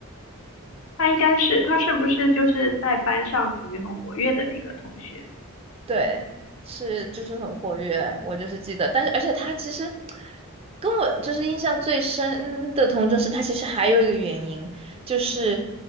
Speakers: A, on the left; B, on the right.
A: 他应该是，他是不是就是在班上属于很活跃的那个同学？
B: 对，是就是很活跃，我就是记得，但是而且他其实跟我就是印象最深的同桌是他其实还有一个原因，就是